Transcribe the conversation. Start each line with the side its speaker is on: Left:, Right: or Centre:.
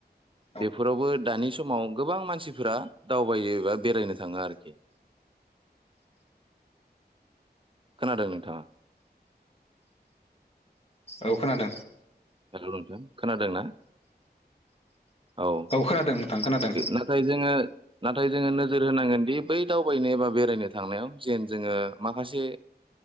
Left: औ
Right: बेफोरावबो दानि समाव गोबां मानसिफोरा दावबायोबा बेरायनो थाङो आरोखि। खोनादों नोंथाङा।
Left: औ खोनादों।
Right: हेल' नोंथां खोनादों ना औ
Left: खोनादों नोंथां खोनादों
Right: नाथाय जोङो नाथाय जोङो। नोजोर होनांगोनदि बै दावबायनो एबा बेरायनो थांनायाव जेन जोङो माखासे